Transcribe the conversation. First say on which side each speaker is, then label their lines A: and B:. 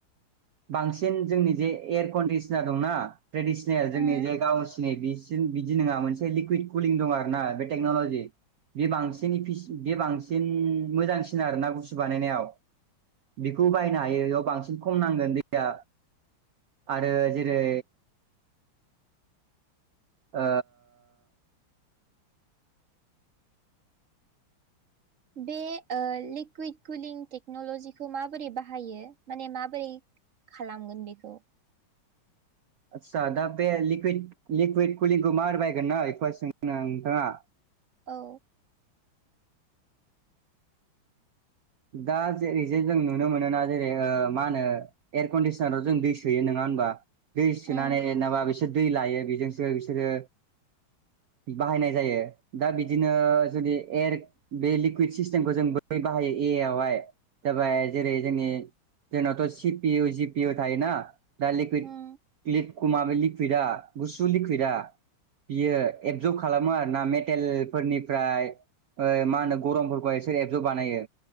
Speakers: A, on the right; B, on the right.
A: बांसिन जोंनि जे एयार कन्डिसनार दंना ट्रेडिसनेल जोंनि
B: उम
A: जे गावस सनि बिसिम बिदि नङा मोनसे लिकुइद कुलिं दं आरो ना बे टेक्नलजि बे बांसिन बे बांसिन मोजांसिन आरोोना गुसु बानायनायाव बेखौ बायनो हायो बेयाव बांसिन खम नांगोन दैया आरो जेरै ओ
B: बे लिकुइड कुलिं टेक्नलजिखौ माबोरै बाहायो माने माबोरै खालामगोन बेखौ
A: आस्सा दा बे लिकुइद लिकुइड कुलिंखौ मा बानायगोन ना बेखौहाय सोंदोंना नोंथाङा
B: औ
A: दा जेरै जे जों नुनो मोनोना जेरै मा होनो एयार कन्डिसनाराव जों दै सोयो नङा होमबा दै सोनानै
B: उम
A: एनाबा बिसोर दै लायो बेजोंसो बिसोरो बाहायनाय जायो दा बिदिनो जुदि एर बे लिकुइड सिस्टेमखौ जों बै बाहायो एआइ आवहाय जाबाय जेरै जोंनि जोंनावथ' C P U G P U थायोना दा लिकुइड
B: उम
A: क्लिड खुमाबे लिकुइदआ गुसु लिकुइदआ बियो एबजर्ब खालामो आरोना मेटेलफोरनिफ्राय माहोनो गरमफोरखौ एसोर एबजर्ब बानायो